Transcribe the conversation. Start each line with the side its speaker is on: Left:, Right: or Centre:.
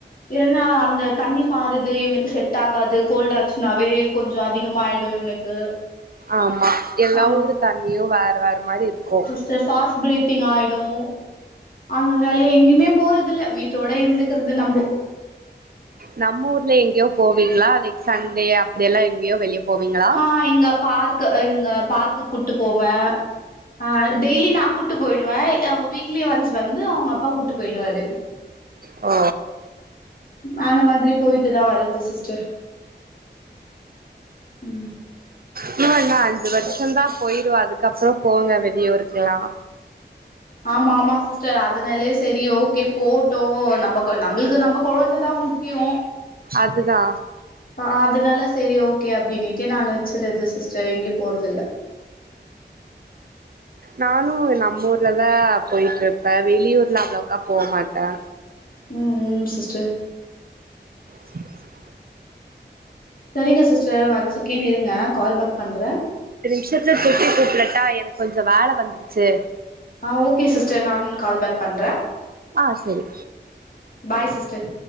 Left: ஏன்னா அந்த தண்ணி மாறுது இவனுக்கு செட் ஆகாது கோல்ட் ஆச்சுனாவே கொஞ்சோ அதிகமாயிடு இவனுக்கு
Right: ஆமா எல்லா
Left: ஆ
Right: ஊரு தண்ணியு வேற வேற மாதிரி இருக்கும்
Left: இந்த சாஸ்ட் ப்ரீத்திங் ஆயிடும் அந்தனால எங்கேயுமே போறது இல்ல வீட்டோட இருந்துக்கிறது நம்போ
Right: நம் ஊர்ல எங்கயோ போவீங்களா லைக் சண்டே அப்படியெல்லா எங்கேயோ வெளிய போவீங்களா
Left: ஹா இங்க பார்க் இங்க பார்க்குக் கூட்டு போவே ஆ டெய்லி நா கூப்ட்டு போயிடுவே வீக்லி ஒன்ஸ் வந்து அவங்க அப்பா கூப்ட்டு போயிடுவாரு
Right: ஓ
Left: அந்த மாதிரி போயிட்டுதா வரது சிஸ்டர் ம்
Right: இன்னு என்ன அஞ்சு வருஷோ தா போயிரு அதுக்கப்றம் போங்க வெளியூருக்கெல்லா
Left: ஆமா ஆமா சிஸ்டர் அதனாலயே சரி ஓகே போட்டோம் நம்ம நம்மளுக்கு நம்ம குழந்தைதா முக் கியோ
Right: சாட்டு தா
Left: ஆ அதனால சரி ஓகே அப்டின்னுட்டு நான் வச்சிர்றது சிஸ்டர் எங்கயு போறதில்ல
Right: நானு நம்ம ஊர்லதா போய்ட்டு இருப்ப வெளியூரலா அவ்ளோக்கா போ மாட்ட
Left: ம் ம் சிஸ்டர்
Right: செரி செரி
Left: செரிங்க சிஸ்டர் ஒன் சகேண்ட் இருங்க கால் பேக் பண்ற
Right: ரெண்டு நிமிஷத்துல சுட்டி கூப்டட்டா எனக்கு கொஞ்சோ வேல வந்துருச்சு
Left: ஆ ஓகே சிஸ்டர் நானு கால் பேக் பண்ற
Right: ஆ செரி
Left: பாய் சிஸ்டர்